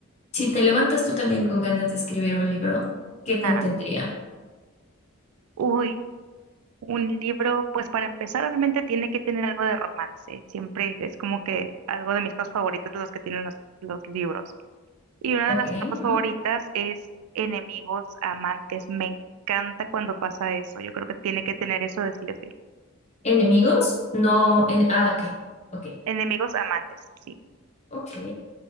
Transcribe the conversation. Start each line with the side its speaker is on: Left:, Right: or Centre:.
Left: si te levantas tú también con ganas de escribir un libro, ¿qué contendría?
Right: Ajá. Uy, un libro, pues para empezar, obviamente tiene que tener algo de romance. Siempre es como que algo de mis cosas favoritas de los que tienen los, los libros. Y una
Left: Ok,
Right: de las tropas
Left: ujú.
Right: favoritas es enemigos amantes. Me encanta cuando pasa eso. Yo creo que tiene que tener eso de sí o sí.
Left: ¿Enemigos? No, en- ah, ok, ok,
Right: Enemigos amantes, sí.
Left: ok.